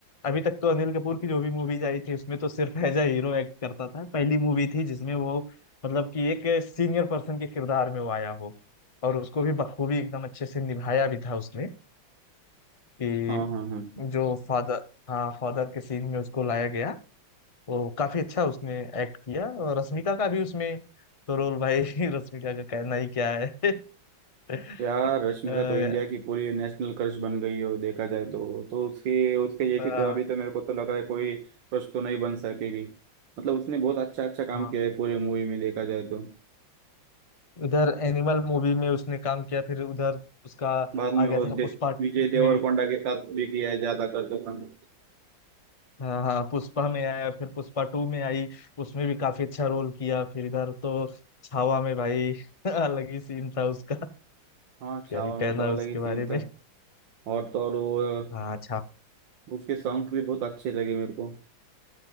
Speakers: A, on the left; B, on the right.
A: अभी तक तो अनिल कपूर की जो भी मूवीज आई थी उसमें तो सिर्फ एज अ हीरो एक्ट करता था पहली मूवी थी जिसमें वो मतलब कि एक सीनियर पर्सन के किरदार में वो आया हो और उसको भी बखूबी एकदम अच्छे से निभाया भी था उसने कि
B: हाँ हाँ हाँ
A: जो फादर हाँ फादर के सीन में उसको लाया गया वो काफी अच्छा उसने एक्ट किया और रश्मिका का भी उसमें तो रोल भाई <laughs> रश्मिका का कहना ही क्या है <laughs>
B: यार रश्मिका
A: अ,
B: तो इंडिया की पूरी नेशनल क्रश बन गई है वो देखा जाए तो तो उसकी उसके जैसी
A: अ,
B: तो अभी तो मेरे को तो लग रहा है कोई क्रश तो नहीं बन सकेगी मतलब उसने बहुत अच्छा अच्छा काम
A: हाँ
B: किया है पूरे मूवी में देखा जाए तो
A: इधर एनिमल मूवी में उसने काम किया फिर उधर उसका
B: बाद में
A: आ गया
B: वो दे,
A: था पुष्पा टू
B: विजय देवरकोंडा
A: में
B: के साथ भी किया है ज्यादा कर दो काम
A: हाँ हाँ पुष्पा में आया फिर पुष्पा टू में आई उसमें भी काफी अच्छा रोल किया फिर इधर तो छावा में भाई <laughs> अलग ही सीन था उसका
B: हाँ छावा
A: क्या ही कहना
B: में तो अलग
A: उसके
B: ही सीन
A: बारे में
B: था और तो और
A: हाँ अच्छा
B: वो उसके सॉन्ग भी बहुत अच्छे लगे मेरे को